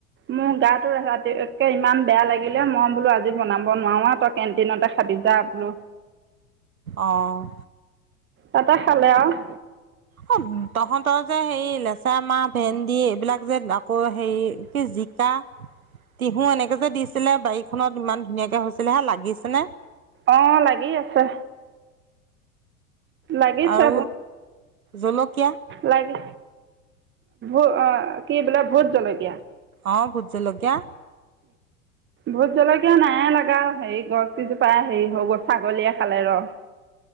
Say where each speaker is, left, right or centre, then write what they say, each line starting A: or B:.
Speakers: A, on the right (about 25°); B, on the right (about 75°).
A: মোৰ গাটো ৰাতিকে ইমান বেয়া লাগিলে, মই বোলো আজি বনাব নোৱাৰো, তই কেণ্টিনতে খাবি যা বোলো,
B: অ'
A: তাতে খালে আৰু।
B: অ' তহঁতৰ যে, সেই লেচৰা-মাহ ভেন্দি এইবিলাক যে আকৌ হেৰি কি, জিকা। তিহু, এনেকে যে দিছিলে, বাৰীখনত ইমান ধুনীয়াকে হৈছিলে হে লাগিছে নে?
A: অ, লাগি আছে। লাগিছে
B: আৰু জলকীয়া?
A: লাগে, অ, কি, বোলে ভোট জলকীয়া?
B: অ, ভুত জলকীয়া।
A: ভুত জলকীয়া নাই লাগা হেৰি, গছ কেইজোপা হেৰি গ'ল ছাগলীয়ে খালে ৰহ।